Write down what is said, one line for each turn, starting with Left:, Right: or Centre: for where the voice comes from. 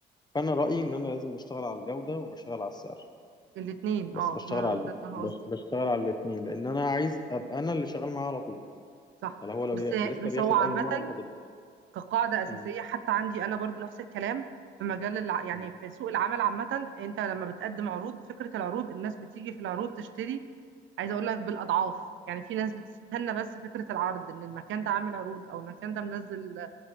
Left: فانا رايي ان انا لازم بشتغل على الجوده وبشتغل على السعر
Right: الاتنين
Left: بس
Right: اه
Left: بشتغل
Right: ما
Left: على
Right: ما ده اللي انا
Left: بش-
Right: قصدي
Left: بشتغل على الاثنين لان انا عايز ابقى انا اللي شغال معاه على طول
Right: صح
Left: يعني هو لو
Right: بس
Left: بي... لسه
Right: بس
Left: بياخد
Right: هو عامة
Left: اول مره الحاجه دي
Right: كقاعدة أساسية
Left: مم.
Right: حتى عندي أنا برضو نفس الكلام في مجال الع... يعني
Left: مم.
Right: في سوق العمل عامة أنت لما بتقدم عروض فكرة العروض الناس بتيجي في العروض تشتري عايزة أقول لك بالأضعاف يعني في ناس بتستنى بس فكرة العرض إن المكان ده عامل عروض أو المكان ده منزل